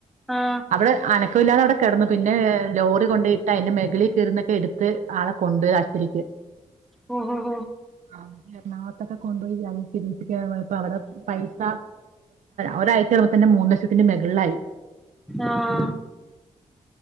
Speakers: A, in the centre; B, on the right (about 80°).
A: ആഹ്
B: അവിടെയനക്കമില്ലാതെ അവിടെ കിടന്നു. പിന്നെ ലോറികൊണ്ടയിട്ടതിന്റെ മെകളി ചെന്നിട്ടെടുത്ത് ആളെ കൊണ്ടുപോയി ആശുപത്രിയില്
A: ഓ.. ഹോ.. ഹോ
B: ആ.. എറണാകുളത്തൊക്കെ കൊണ്ടപോയി, ഐ. സി. യുവിൽ എവി... അവിടെ, പൈസ ഒരാഴ്ചയായപ്പോ തന്നെ മൂന്നുലക്ഷത്തി.. പിന്നെ ബഹളായി
A: ആഹ്